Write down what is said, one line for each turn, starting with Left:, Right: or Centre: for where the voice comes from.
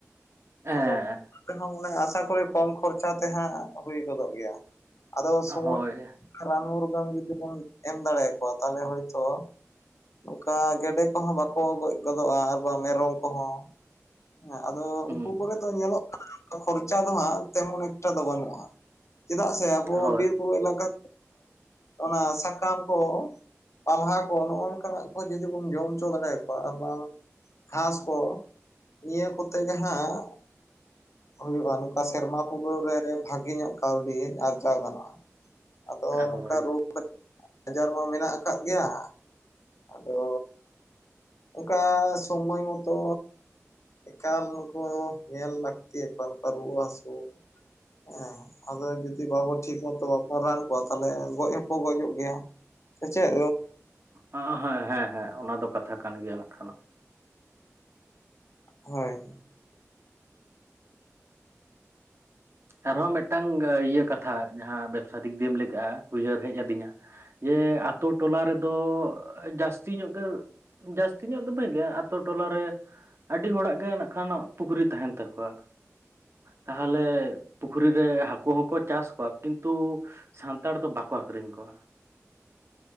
Left: ᱾
Right: ᱦᱮᱸ
Left: ᱟᱫᱚ ᱛᱮᱦᱚᱸ ᱚᱱᱮ ᱟᱥᱟ ᱠᱚᱨᱮ ᱠᱚᱢ ᱠᱷᱚᱨᱪᱟ ᱛᱮᱦᱟᱸᱜ ᱦᱩᱭ ᱜᱚᱫᱚᱜ ᱜᱮᱭᱟ᱾ ᱟᱫᱚ ᱥᱚᱢᱚᱭ
Right: ᱦᱳᱭ
Left: ᱨᱟᱱ ᱢᱩᱨᱜᱟᱹᱱ ᱡᱩᱫᱤ ᱵᱚᱱ ᱮᱢ ᱫᱟᱲᱮᱭᱟ ᱠᱚᱣᱟ ᱛᱟᱦᱚᱞᱮ ᱦᱚᱭᱛᱳ ᱱᱚᱝᱠᱟ ᱜᱮᱰᱮ ᱠᱚᱦᱚᱸ ᱵᱟᱠᱚ ᱜᱚᱡ ᱜᱚᱫᱚᱜᱼᱟ ᱟᱨ ᱵᱟᱝ ᱢᱮᱨᱚᱢ ᱠᱚᱦᱚᱸ ᱦᱮᱸ ᱟᱫᱚ
Right: ᱦᱩᱸ
Left: ᱩᱱᱠᱩ ᱠᱚᱨᱮ ᱫᱚ ᱧᱮᱞᱚᱜ ᱠᱟᱱᱟ ᱠᱷᱚᱨᱪᱟ ᱫᱚ ᱦᱟᱸᱜ ᱛᱮᱢᱚᱱ ᱮᱠᱴᱟ ᱫᱚ ᱵᱟᱹᱱᱩᱜᱼᱟ᱾ ᱪᱮᱫᱟᱜ ᱥᱮ ᱟᱵᱚ
Right: ᱦᱳᱭ
Left: ᱵᱤᱨ ᱠᱚ ᱮᱞᱟᱠᱟ ᱚᱱᱟ ᱥᱟᱠᱟᱢ ᱠᱚ ᱯᱟᱞᱦᱟ ᱠᱚ ᱱᱚᱜᱼᱚ ᱠᱟᱱᱟᱜ ᱠᱚ ᱡᱩᱫᱤ ᱵᱚᱱ ᱡᱚᱢ ᱪᱚ ᱫᱟᱲᱮᱭᱟ ᱠᱚᱣᱟ ᱟᱨ ᱵᱟᱝ ᱜᱷᱟᱥ ᱠᱚ ᱱᱤᱭᱟᱹ ᱠᱚᱛᱮ ᱜᱮ ᱦᱟᱸᱜ ᱦᱩᱭᱩᱜᱼᱟ ᱱᱚᱝᱠᱟ ᱥᱮᱨᱢᱟ ᱯᱩᱨᱟᱹᱣ ᱨᱮ ᱵᱷᱟᱹᱜᱤ ᱧᱚᱜ ᱠᱟᱹᱣᱰᱤ ᱟᱨᱡᱟᱣ ᱜᱟᱱᱚᱜᱼᱟ᱾ ᱟᱫᱚ ᱱᱚᱝᱠᱟ
Right: ᱦᱳᱭ
Left: ᱨᱳᱜᱽ ᱟᱡᱟᱨ ᱢᱟ ᱢᱮᱱᱟᱜ ᱟᱠᱟᱫ ᱜᱮᱭᱟ ᱟᱫᱚ ᱚᱝᱠᱟ ᱥᱚᱢᱚᱭ ᱢᱚᱛᱚ ᱮᱠᱟᱞ ᱩᱱᱠᱩ ᱧᱮᱞ ᱞᱟᱹᱠᱛᱤ ᱚᱠᱟ ᱞᱮᱠᱟ ᱨᱩᱣᱟᱹ ᱦᱟᱹᱥᱩ ᱦᱮᱸ ᱟᱫᱚ ᱡᱩᱫᱤ ᱵᱟᱵᱚ ᱴᱷᱤᱠ ᱢᱚᱛᱚ ᱵᱟᱵᱚᱱ ᱨᱟᱱ ᱠᱚᱣᱟ ᱛᱟᱦᱚᱞᱮ ᱜᱚᱡᱽ ᱦᱚᱸᱠᱚ ᱜᱚᱡᱚᱜ ᱜᱮᱭᱟ ᱥᱮ ᱪᱮᱫ?
Right: ᱚᱸ ᱦᱮᱸ ᱦᱮᱸ ᱦᱮᱸ ᱚᱱᱟ ᱫᱚ ᱠᱟᱛᱷᱟ ᱠᱟᱱ ᱜᱮᱭᱟ ᱱᱟᱜ ᱠᱷᱟᱱ ᱫᱚ
Left: ᱦᱳᱭ᱾
Right: ᱟᱨᱦᱚᱸ ᱢᱤᱫᱴᱟᱝ ᱤᱭᱟᱹ ᱠᱟᱛᱷᱟ ᱡᱟᱦᱟᱸ ᱵᱮᱵᱽᱥᱟ ᱫᱤᱠ ᱫᱤᱭᱮᱢ ᱞᱟᱹᱭᱠᱟᱜᱼᱟ ᱩᱭᱦᱟᱹᱨ ᱦᱮᱡ ᱟᱹᱫᱤᱧᱟ ᱡᱮ ᱟᱛᱳ ᱴᱚᱞᱟ ᱨᱮᱫᱚ ᱡᱟᱹᱥᱛᱤ ᱧᱚᱜ ᱜᱮ ᱡᱟᱹᱥᱛᱤ ᱧᱚᱜ ᱫᱚ ᱵᱟᱹᱧ ᱞᱟᱹᱭᱟ ᱟᱹᱛᱩ ᱴᱚᱞᱟ ᱨᱮ ᱟᱹᱰᱤ ᱦᱚᱲᱟᱜ ᱜᱮ ᱱᱟᱜ ᱠᱷᱟᱱ ᱯᱩᱠᱷᱨᱤ ᱛᱟᱦᱮᱱ ᱛᱟᱠᱚᱣᱟ ᱛᱟᱦᱚᱞᱮ ᱯᱩᱠᱷᱨᱤ ᱨᱮ ᱦᱟᱹᱠᱩ ᱦᱚᱸᱠᱚ ᱪᱟᱥ ᱠᱚᱣᱟ ᱠᱤᱱᱛᱩ ᱥᱟᱱᱛᱟᱲ ᱫᱚ ᱵᱟᱠᱚ ᱟᱠᱷᱨᱤᱧ ᱠᱚᱣᱟ᱾